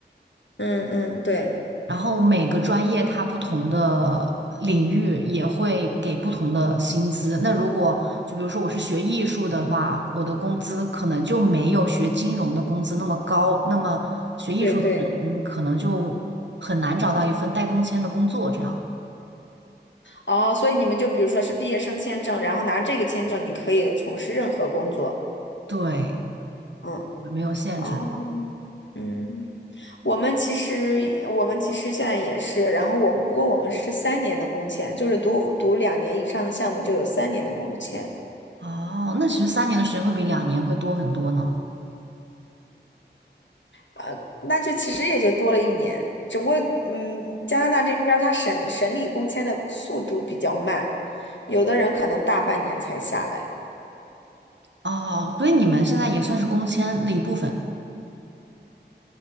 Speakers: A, on the left; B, on the right.
A: 嗯嗯，对
B: 然后每个专业它不同的领域也会给不同的薪资。那如果就比如说我是学艺术的话，我的工资可能就没有学金融的工资那么高。那么学艺术的人可能就很难找到一份带工签的工作。
A: 对对。
B: 这样，
A: 哦，所以你们就比如说是毕业生签证，然后拿这个签证，你可以从事任何工作。
B: 对，
A: 嗯，
B: 没有限制。
A: 哦，嗯，我们其实我们其实现在也是，然后我们不过我们是三年的工签，就是读读两年以上的项目就有三年的工签。
B: 哦，那其实三年的时间会比两年会多很多呢。
A: 呃，那就其实也就多了一年，只不过嗯，加拿大这边他审审理工签的速度比较慢，有的人可能大半年才下来。
B: 哦，所以你们现在也算是工签的一部分，